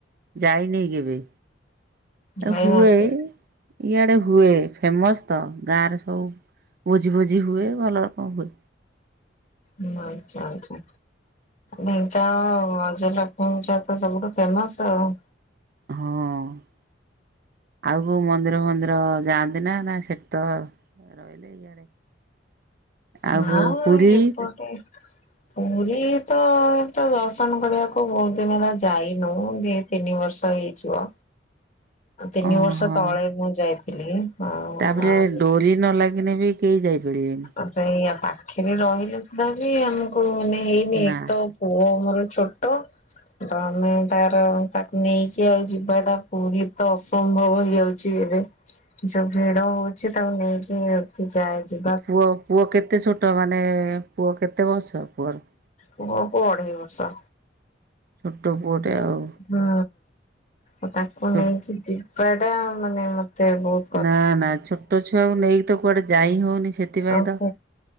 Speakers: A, on the right; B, on the left.
A: ଯାଇନେଇ କେବେ।
B: ଯାଇନାହାନ୍ତି।
A: ହୁଏ ଇଆଡେ ହୁଏ ଫେମସ ତ ଗାଁରେ ସବୁ ଭୋଜି ଫୋଜି ହୁଏ ଭଲ ରକମ ହୁଏ।
B: ହୁଁ ଆଚ୍ଛା ଆଚ୍ଛା ଢେଙ୍କାନାଳ ଗଜଲ ହୁଁ ଚାର ତ ସବୁଠୁ ଫେମସ ଆଉ
A: ହଁ। ଆଉ କୋଉ ମନ୍ଦିର ଫନ୍ଦିର ଯାଆନ୍ତି ନା ନା ସେଠି ତ ରହି ହେଲେ ଇଆଡେ ଆଉ
B: ନାଁ
A: କୋଉ ପୁରୀ।
B: ଏପଟେ ପୁରୀ ତ ତ ଦର୍ଶନ କରିବାକୁ ବୋହୁତ ଦିନ ହେଲା ଯାଇନୁ‌‌ ଦି ତିନି ବର୍ଷ ହେଇଯିବ ତିନି
A: ଓହୋ
B: ବର୍ଷ ତଳେ ମୁଁ ଯାଇଥିଲି। ଆଉ
A: ତାପରେ
B: ଆଉ
A: ଡୋରି ନ ଲାଗିନେ ବି କେହି ଯାଇପାରିବେନି‌। ‌
B: ଆଁ ସେଇଆ ପାଖେରେ ରହିଲେ ସୁଧା ବି ଆମୁକୁ। <unintelligible>
A: ନା
B: ପୁଅ ମୋରୋ ଛୋଟୋ। ତମେ ତାର ତାକୁ ନେଇକି ଆଉ ଯିବାଟା ପୁରୀ ତ ଅସମ୍ଭବ ହେଇଯାଉ ଚି ଏବେ ଯୋଉ ଭିଡ ହୋଉଚି ତାକୁ ନେଇକି ଏତେ ଯାଏ ଯି
A: ପୁଅ ପୁଅ କେତେ ଛୋଟୋ ମାନେ ପୁଅ କେତେ ବର୍ଷ ପୁଅର।
B: ପୁଅକୁ ଅଢେଇ ବର୍ଷ।
A: ଛୋଟୋ ପୁଅଟେ ଆଉ।
B: ହୁଁ ଉ ତାକୁ
A: ଛୋ
B: ନେଇକି ଯିବା ଟା ମାନେ ମତେ ବୋହୁତ
A: ନା ନା ଛୋଟୋ ଛୁଆକୁ ନେଇକି ତ କୁଆଡେ ଯାଇ ହୋଉ ସେଥିପାଇଁ
B: ଆଉ
A: ତ
B: ସେ